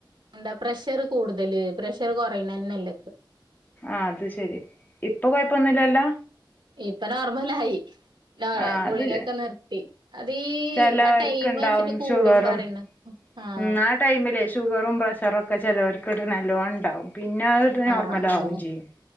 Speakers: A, on the right; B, on the left.
A: എന്താ പ്രഷർ കൂടുതല് പ്രഷർ കൊറയ്ണേന്നല്ല
B: ആഹ് അത്ശെരി ഇപ്പോ കൊഴപ്പൊന്നും ഇല്ലല്ലാ
A: ഇപ്പോ നോർമലായി താ
B: ആഹ്
A: ഗുളികൊക്കെ
B: അത്
A: നിർത്തി അതീ
B: ചെലോര്ക്ക്ണ്ടാവും
A: ആ ടൈം വെച്ചിട്ട് കൂടും
B: ഷുഗറും
A: പറയ്ണാ. ആഹ്.
B: ഉം ആ ടൈമിലേ ഷുഗറും പ്രഷറൊക്ക ചെലോർക്ക് ങ്ങട്ട് നല്ലോണ്ടാവും. പിന്നെ അ ത് നോർമലാവും
A: ആഹ് ആഹ്
B: ചെയ്യും.